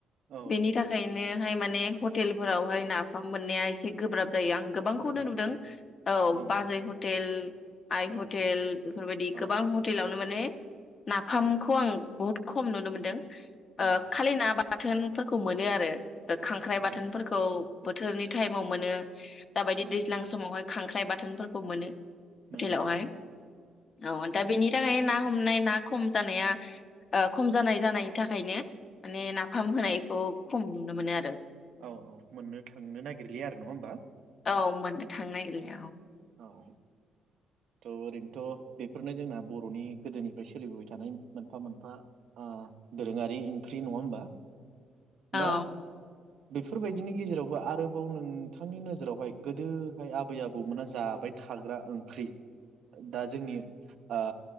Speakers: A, on the right (about 70°); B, on the left (about 45°).
A: औ
B: बेनि थाखायनो थाखाय माने हटेलफोरावहाय नाफाम मोननाया एसे गोब्राब जायो आं गोबांखौनो
A: गोब्राब
B: नुदों औ
A: ओं
B: बाजै हटेल आइ
A: ओं
B: हटेल बेफोरबायदि
A: औ
B: गोबां हटेलावनो माने नाफामखौ आं बहुद खम नुनो मोन्दों
A: औ
B: ओ खालि ना बाथोनफोरखौ मोनो आरो खांख्राइ
A: औ
B: बाथोनफोरखौ बोथोरनि टाइमाव मोनो दाबायदि
A: औ
B: दैज्लां समावहाय खांख्राइ बाथोनफोरखौ मोनो
A: मोनो
B: हटेलावहाय औ दा बेनि खानाय ना हमनाय ना खम जानाया ओ खम जानाय जानायनि थाखायनो माने नाफाम होनायखौ खम नुनो मोनो आरो
A: औ औ मोननो थांनो नागिरलिया आरो नङा होमबा?
B: औ मोनो थां नागिरलिया औ
A: औ थ' ओरैनोथ' बेफोरनो जोंना बर'नि गोदोनिफ्राय सोलिबोबाय थानाय मोनफा मोनफा ओ दोरोङारि ओंख्रि नङा होमबा?
B: औ
A: दा बेफोरबायदिनि गेजेरावबो आरोबाव नोंथांनि नोजोरावहाय गोदोहाय आबै आबौमोना जाबाय थाग्रा ओंख्रि दा जोंनि ओ